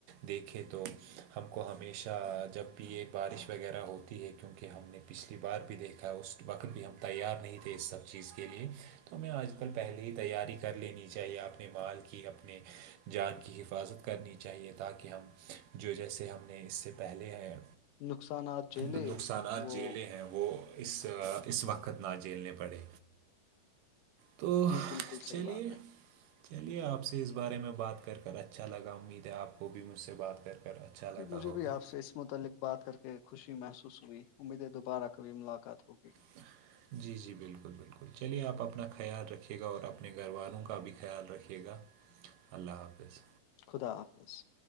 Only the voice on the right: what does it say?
دیکھے تو ہم کو ہمیشہ جب بھی یہ بارش وغیرہ ہوتی ہے کیونکہ ہم نے پچھلی بار بھی دیکھا اس وقت بھی ہم تیار نہیں تھے اس سب چیز کے لیے تو ہمیں آج کل پہلے ہی تیاری کر لینی چاہیے اپنے مال کی اپنے جان کی حفاظت کرنی چاہیے تاکہ ہم جو جیسے ہم نے اس سے پہلے ہے
جو نقصانات
جیلیں ہیں وہ اس اس وقت نہ جیلنے پڑے- تو,
چلیے
چلیے آپ سے اس بارے میں بات کر کر اچھا لگا امید ہے آپ کو بھی مجھ سے بات کر کر اچھا
لگا
ہوگا
<unintelligible> ج- جی بالکل- بالکل چلیے آپ اپنا خیال رکھیے گا اور اپنے گھر والوں کا بھی خیال رکھیے گا- اللہ حافظ